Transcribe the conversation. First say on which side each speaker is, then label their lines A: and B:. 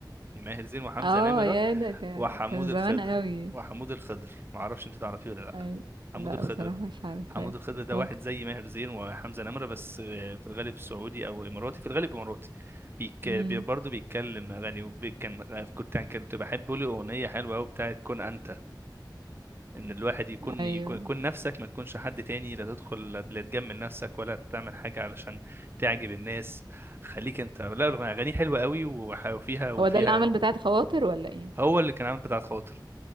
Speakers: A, on the right; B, on the right.
A: ماهر زين وحمزة
B: اه
A: نمرة
B: يا ده ك-
A: وحمود
B: كان زمان
A: الخضر
B: قوي
A: وحمود الخضر ما اعرفش انت تعرفيه ولا لا
B: أي.
A: حمود
B: لا
A: الخضر
B: بصراحة مش عارفة
A: حمود
B: بس
A: الخضر ده
B: ممكن
A: واحد زي ماهر زين وحمزة نمرة بس آه، في الغالب سعودي او اماراتي في الغالب اماراتي بيك...
B: امم
A: بي... برضه بيتكلم اغاني وبي- كان كنت كنت بحب له اغنية حلوة قوي بتاعت كن انت ان الواحد يكون
B: ايوه
A: يكون يكون نفسك ما تكونش حد تاني لا تدخل لا تجمل نفسك ولا تعمل حاجة علشان تعجب الناس خليك انت لا اغاني حلوة قوي وح- وفيها وفيها
B: هو ده اللي عمل بتاعة خواطر ولا ايه
A: هو اللي كان عامل بتاعة خاطر